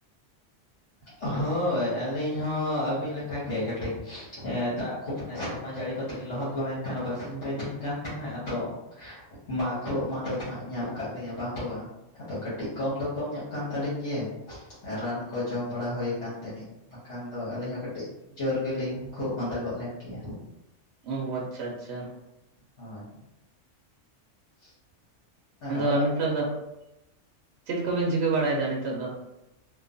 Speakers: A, on the right; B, on the left.
A: <inaudible>
B: ᱦᱳᱭ ᱟᱹᱞᱤᱧ ᱦᱚᱸ ᱟᱹᱵᱤᱱ ᱞᱮᱠᱟᱜᱮ ᱠᱟᱹᱴᱤᱡ, ᱫᱟᱜ ᱠᱚ ᱢᱟᱱᱮ ᱥᱮᱨᱢᱟ ᱡᱟᱹᱲᱤ ᱠᱚ ᱠᱟᱹᱴᱤᱡ ᱞᱚᱦᱚᱫ ᱵᱟᱲᱟᱭᱮᱱ ᱠᱷᱟᱱ ᱵᱟᱨᱥᱤᱧ ᱯᱮ ᱫᱤᱱ ᱜᱟᱱ ᱫᱚ ᱦᱟᱸᱜ ᱟᱫᱚ
A: <inaudible>
B: ᱢᱟ ᱠᱷᱳᱜ ᱢᱟᱫᱟ ᱫᱚ ᱦᱟᱸᱜ ᱧᱟᱢ ᱟᱠᱟᱫ ᱞᱤᱧᱟ ᱵᱟᱝ ᱫᱚ ᱵᱟᱝ ᱾ ᱟᱫᱚ ᱠᱟᱹᱴᱤᱡ ᱠᱚᱢ ᱫᱚ ᱠᱚᱢ ᱧᱚᱜ ᱠᱟᱱ ᱛᱟᱹᱞᱤᱧ ᱜᱮᱭᱟ᱾ ᱮ ᱨᱟᱱ ᱠᱚ ᱡᱚᱢ ᱵᱟᱲᱟ ᱦᱩᱭ ᱟᱠᱟᱱ ᱛᱮ ᱱᱤᱡ ᱵᱟᱠᱷᱟᱱ ᱫᱚ ᱟᱹᱞᱤᱧ ᱦᱚᱸ ᱠᱟᱹᱴᱤᱡ ᱡᱳᱨ ᱜᱮᱞᱤᱧ ᱠᱷᱩᱜ ᱢᱟᱸᱫᱟ ᱜᱚᱫ ᱞᱮᱱ ᱜᱮᱭᱟ᱾
A: ᱚᱣ ᱟᱪᱪᱷᱟ ᱟᱪᱪᱷᱟ᱾
B: ᱦᱚᱭ᱾ <inaudible> ᱚᱲᱟᱜ
A: ᱟᱫᱚ ᱱᱤᱛᱚᱜ
B: ᱦᱚᱲ ᱠᱚ
A: ᱫᱚ <inaudible> ᱪᱮᱫ ᱠᱚᱵᱮᱱ ᱪᱤᱠᱟᱹ ᱵᱟᱲᱟᱭ ᱮᱫᱟ ᱱᱤᱛᱚᱜ ᱫᱚ?